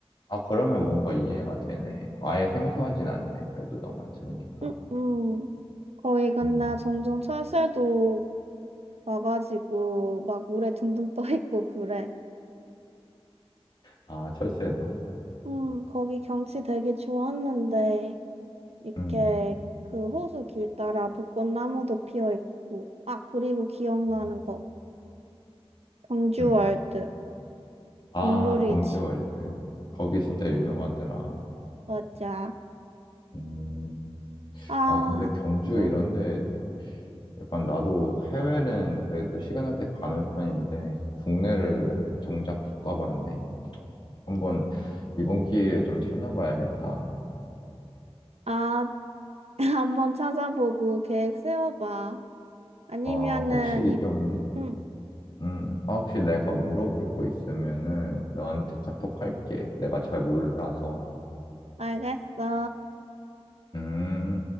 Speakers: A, on the left; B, on the right.
A: 아, 그러면 뭔가 이해가 되네. 아예 생소하진 않네. 그래도 너만 들으니까.
B: 응, 응. 거기 근데
A: 음.
B: 종종 철새도 와가지고 막 물에 둥둥 떠 있고 그래.
A: 아, 철새도?
B: 응, 거기 경치 되게 좋았는데. 이렇게
A: 음.
B: 그 호수 길 따라 벚꽃나무도 피어 있고, 아, 그리고 기억나는
A: 음.
B: 거, 경주월드,
A: 음. 아,
B: 국룰이지.
A: 경주월드. 거기 진짜 유명하더라.
B: 맞아.
A: 음.
B: 아,
A: 아, 근데 경주
B: 음,
A: 이런데 약간 나도 해외는 그래도 시간 날 때 가는 편인데 국내를 정작 못 가봤네. 한번 이번 기회에 좀 찾아봐야겠다.
B: 아, <laughs> 한번 찾아보고 계획 세워봐. 아니면은,
A: 어, 혹시
B: 이,
A: 좀,
B: 음,
A: 음, 아, 혹시 내가 물어볼 거 있으면은 너한테 카톡 할게. 내가 잘 몰라서.
B: 알겠어.
A: 음.